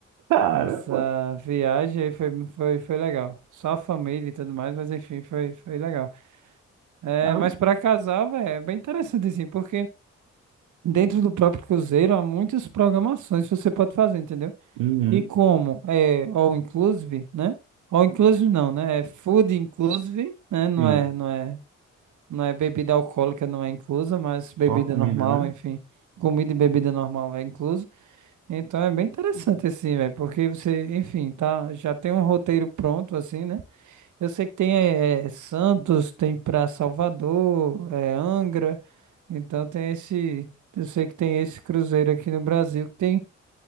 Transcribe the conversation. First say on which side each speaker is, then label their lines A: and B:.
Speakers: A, on the right; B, on the right.
A: caramba,
B: essa viagem e foi, foi, foi legal. Só a família e tudo mais, mas enfim, foi, foi legal. É,
A: caramba.
B: mas para casal, velho, é bem interessante assim, porque dentro do próprio cruzeiro há muitas programações que você pode fazer, entendeu?
A: Uhum,
B: E como é all inclusive, né? All inclusive não, né? É food inclusive, né? Não
A: sim,
B: é, não é, não é bebida alcoólica, não é inclusa, mas bebida
A: só a comida,
B: normal,
A: né?
B: enfim, comida e bebida normal é incluso. Então é bem interessante assim, velho, porque você, enfim, tá, já tem um roteiro pronto assim, né? Eu sei que tem eh, Santos, tem pra Salvador, eh, Angra, então tem esse, eu sei que tem esse cruzeiro aqui no Brasil que tem,